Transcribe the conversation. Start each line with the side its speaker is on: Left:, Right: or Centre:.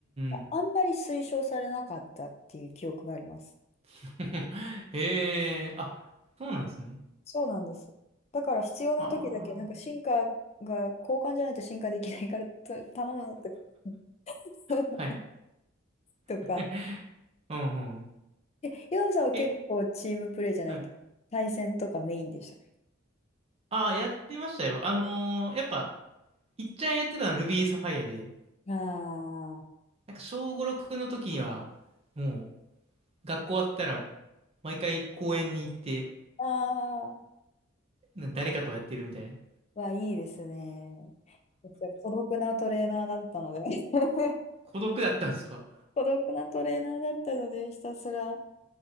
Left: ああんまり推奨されなかったっていう記憶があります。
Right: ーん <laughs> へえ、あ、そうなんですね。
Left: そうなんです。だから必要な時だけ、
Right: あ
Left: なんか進化が交換じゃないと進化できないからと頼むって
Right: あ。
Left: <laughs>
Right: はい。
Left: とか。
Right: <laughs> うんうん。
Left: え、ヨウさんは結構チームプレーじゃないけど、
Right: え、はい。
Left: 対戦とかメインでしたか
Right: ああ、やってましたよ。あのーやっぱ、いっちゃんやってたのは Ruby Sapphire で、
Left: あ
Right: なんか小五六の時には、もう、学校終わったら、毎回公園に行って、
Left: あああ
Right: なんか誰かとやってるみたいな。
Left: はいいですね。私孤独なトレーナーだったので <laughs>
Right: 孤独だったんですか
Left: 孤独なトレーナーだったので、ひたすら。